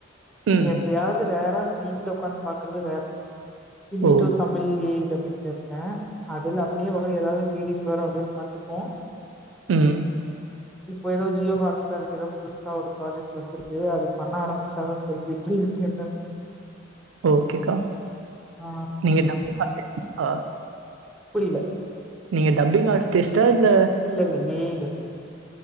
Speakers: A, on the right; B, in the centre.
A: ம்
B: எப்பயாது ரேரா டிவில உக்காந்து பாக்குறது ரேர் Hindi
A: ஓ
B: to Tamil well A I டப்பிங்ல இருக்க அதுல அப்டியே வரு எதாது சீரிஸ் வரு அப்டியே பாத் ட்ருக்க
A: ம்
B: இப்போ எதோ ஜியோ ஹாட்ஸ்டாருக்கு எதோ புதுசா ஒரு ப்ராஜெக்ட் வந்துருக்கு அது பண்ண ஆரம்பிச்சாதா தெரியு இருக்கேண்டா
A: ஓகேக்கா
B: ஆ
A: நீங்கா டப்பிங் ஆர்டிஸ்ட்டா
B: புரில
A: நீங்க டப்பிங் ஆர்டிஸ்ட்டா இல்ல
B: இல்ல இல்ல A I dubbing